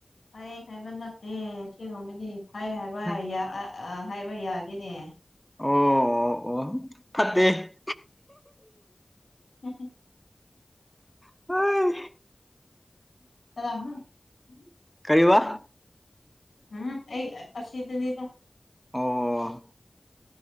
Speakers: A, on the left (about 80°); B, in the centre.
A: ꯐꯩ ꯍꯥꯏꯕ ꯅꯠꯇꯦ ꯁꯤꯒꯨꯝꯕꯗꯤ ꯐꯩ ꯍꯥꯏꯕ
B: ꯍꯝ
A: ꯌꯥ ꯑꯥ ꯑꯥ ꯍꯥꯏꯕ ꯌꯥꯗꯦꯅꯦ
B: ꯑꯣ ꯑꯣ ꯐꯠꯇꯦ
A: <unintelligible>
B: <unintelligible>
A: <unintelligible>
B: ꯀꯔꯤꯕ
A: ꯎꯝꯍꯨꯝ ꯑꯩ ꯑ ꯑꯁꯤꯗꯅꯤꯗ
B: ꯑꯣ